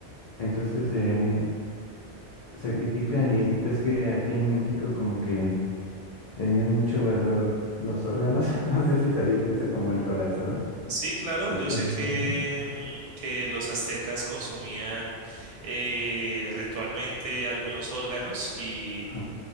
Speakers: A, on the left; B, on the right.
A: Entonces, eh, sacrifican y ves que aquí en México como que Tenían mucho valor los órganos. <laughs> No sé si sabías eso, como el corazón.
B: Sí, claro,
A: Sí,
B: yo
A: te
B: sé
A: lo
B: que,
A: permito.
B: mm, que los aztecas consumían eh, ritualmente algunos órganos y
A: Ajá.